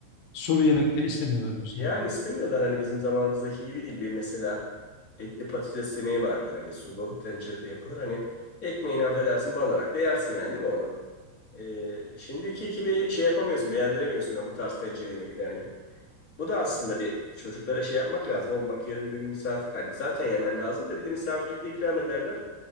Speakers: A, on the left; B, on the left.
A: Sulu yemekleri istemiyorlar diyorsun
B: Yani
A: evet.
B: istemiyorlar hani bizim zamanımızdaki gibi değil. Bir mesela etli patates yemeği vardır hani sulu tencerede yapılır. Hani ekmeğini affedersin banarak da yersin yani değil mi onu? E, şimdiki gibi şey yapamıyorsun beğendiremiyorsun ha bu tarz tencere yemeklerini. Bu da aslında bir çocuklara şey yapmak lazım. Oğlum bak yarın bir gün misafir... Hani zaten yemen lazım da bir de misafirlikte ikram ederler.